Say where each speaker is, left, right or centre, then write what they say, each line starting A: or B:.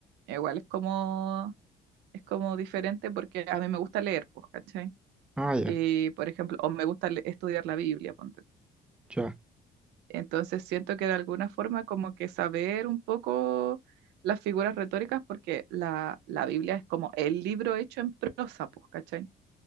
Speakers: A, on the right; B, in the centre.
A: igual es como, es como diferente porque a mí me gusta leer, pues, ¿cachai?
B: Ah, ya,
A: Y, por ejemplo, o me gusta le- estudiar la Biblia, ponte. tú.
B: ya.
A: Entonces siento que de alguna forma como que saber un poco las figuras retóricas porque la, la Biblia es como el libro hecho en prosa, pues, ¿cachai?